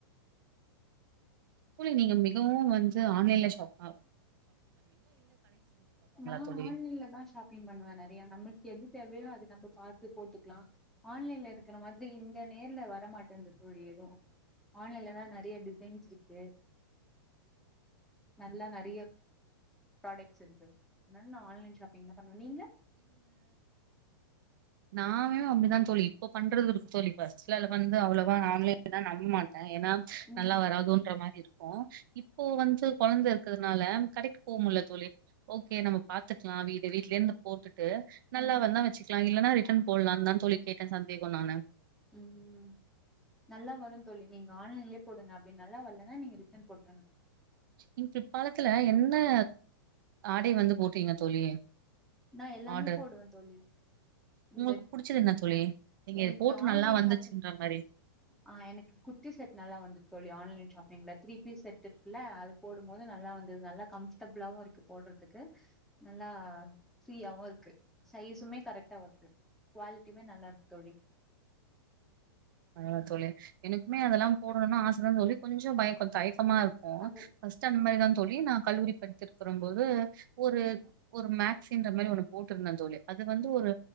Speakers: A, on the right; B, in the centre.
A: தோழி நீங்க மிகவு வந்து ஆன்லைன்ல ஷாப் ஆ
B: நா
A: தோழி
B: ஆன்லைன்லந்தா ஷாப்பிங் பண்ணுவ நறையா நம்மளுக் கு எது தேவையோ அத நம்ம பாத்து போட்டுக்கலா ஆன்லைன்ல இரு இருக்குற மாதிரி இங்க நேர்ல வர் வர்ற மாட்டேங்குது தோழி எது ஆன்லைன்லதா நறையா டிசைன்ஸ் இருக்கு நல்லா நறையா பிராடெக்ட்ஸ் இருக்கு அதனால நா ஆன்லைன் ஷாப் பிங்தா பண்ணுவ நீங்க
A: நாமே அப்டிதா தோழி இப்ப பண்றது இருக்கு தோழி ஃபஸ்ட்டுலெல்லா வந்து அவ்வளவா ஆன்லைன்லா நம் மாட் ட்ட ஏன்னா
B: ம்
A: நல்லா வராதோன்ற மாரி இரு க்கு இப்போ வந்து கொழந்த இருக்குறதுனால கடைக்கு போ முடில தோழி ஓகே நம்ம பாத்துக்கலா வீடு வீட்லியேருந்து போ து நல்லா
B: ம்
A: வந்தா வெச்சுக் லா இல்லன்னா இரு ரிட்டன் போல்லான்தா தோழி கேட்ட சந்தேகோ நானு
B: ம் நல்லா வருந் தோழி நீங்க ஆன்லைன்லயே போடுங்க அப்டி நல்லா வரலன்னா நீங்க ரிட்டன் போட்ருங்க
A: இம் பிரிப்காலத்துல என்ன ஆடை வந்து போட்டீங்க தோழி
B: நா எல்லாமே
A: ஆர்டர்.
B: போடுவ தோழி
A: உங்களுக்கு
B: இந்த
A: புடிச்சது என்ன
B: <inaudible>
A: தோழி? நீங்க
B: எனக்கு
A: இது போட்டு
B: ஆன்லைன்
A: நல்லா வந்துச்சுன்ற
B: ஷாப்பிங் பண்றது
A: மாரி.
B: ஆ எனக்கு குர்த்தி செட் நல்லா வந்துது தோழி ஆ ஆன்லைன் ஷாப்பிங்ல த்ரீ பீஸ் செட் இருக்குல்ல அது போடும்போது நல்லா வந்துது நல்லா கம்ஃபர்டபுளாவு இருக்கு போடுறதுக்கு நல்லா ப்ரீயாவு இருக்கு சைஸுமே கரெக்டா வர்து குவாலிட்டியுமே நல்லா இருக்கு தோழி
A: ஆமா தோழி எனக்குமே அதெல்லாம் போடணுன் ஆசதா தோழி கொஞ்சோ பயக்கோ தயக்கமா இருக்கு
B: அது
A: ஃபர்ஸ்ட்டு அந்த மாரிதா தோழி நா கல்லூரி படுத்திருக்கும் போது ஒரு ஒரு மேக்சின்ற மாரி ஒன்னு போட்டுருந்தந் தோழி அது வந்து ஒரு